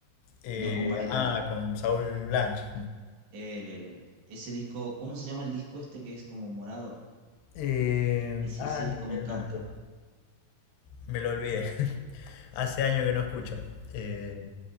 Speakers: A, on the left; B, on the right.
A: Eh,
B: no con Barilari.
A: ah, con Saúl Blanch.
B: el el el Ese disco, ¿cómo se llama el disco este que es como morado?
A: Eh,
B: Ese,
A: Ah,
B: ese disco
A: no, no, no, me olvidé
B: me encanta.
A: el nombre. Me lo olvidé. <laughs> Hace años que no escucho. Eh,